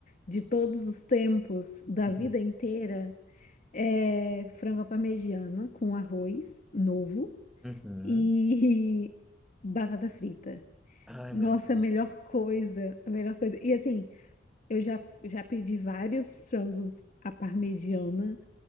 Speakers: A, on the left (about 45°); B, in the centre.
A: de todos os tempos, da
B: <laughs>
A: vida inteira, é, frango à parmegiana com arroz novo
B: Uhum.
A: e <laughs> batata frita.
B: Ai,
A: Nossa,
B: meu Deus.
A: é a melhor coisa, a melhor coisa. E assim, eu já, já pedi vários frangos à parmegiana